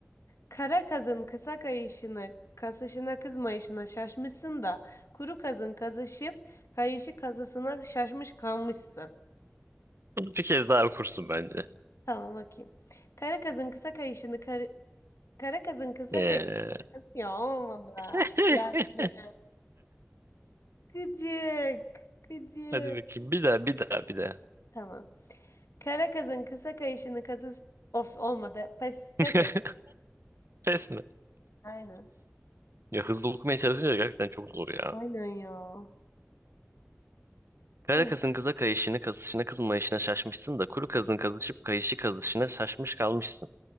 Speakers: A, on the left (about 85°); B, on the right (about 65°).
A: Kara kazın kısa kayışını, kasışına kızmayışına şaşmışsın da, kuru kazın kazışıp kayışı kazısına şaşmış kalmışsın.
B: Bunu bir kez daha okursun bence.
A: Tamam bakayım. Kara kazın kısa kayışını, kar- kara kazın kısa
B: Ee,
A: kayışını, ya olmadı.
B: <laughs>
A: Lan be. Gıcık, gıcık.
B: Hadi bakayım. Bir daha, bir daha, bir daha.
A: Tamam. Kara kazın kısa kayışını kasış, of olmadı. Pes, pes
B: <laughs>
A: et.
B: Pes mi?
A: Aynen.
B: Ya hızlı okumaya çalışınca gerçekten çok zor ya.
A: Aynen ya. Sen
B: Kara kızın kıza kayışını, kazışına, kızmayışına şaşmışsın da kuru kızın kazışıp kayışı kazışına şaşmış kalmışsın.